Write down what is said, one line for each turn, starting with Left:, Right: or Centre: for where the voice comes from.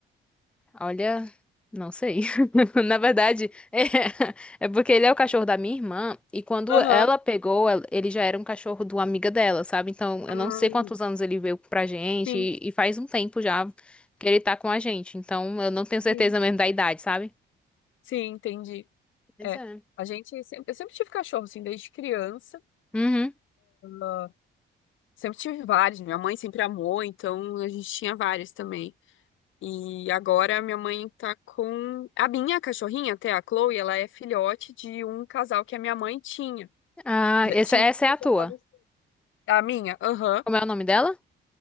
Centre: Olha, não sei. <laughs> Na verdade, é, é porque ele é o cachorro da minha irmã e quando
Left: Aham.
Centre: ela pegou, ela- ele já era um cachorro de uma amiga dela, sabe? Então, eu
Left: Ah,
Centre: não sei quantos anos ele veio pra gente
Left: sim,
Centre: e, e faz um tempo já que ele tá com a gente. Então, eu não tenho certeza
Left: sim.
Centre: mesmo da idade, sabe?
Left: Sim, entendi.
Centre: Pois
Left: É,
Centre: é.
Left: a gente sempre, eu sempre tive cachorro, assim, desde criança.
Centre: Uhum.
Left: Ah, sempre tive vários. Minha mãe sempre amou, então a gente tinha vários também. E agora minha mãe tá com a minha cachorrinha, até a Chloe, ela é filhote de um casal que a minha mãe tinha.
Centre: Ah,
Left: Já
Centre: essa,
Left: tinha,
Centre: essa
Left: porque
Centre: é a tua.
Left: já faleceu. A minha, aham,
Centre: Como é o nome dela?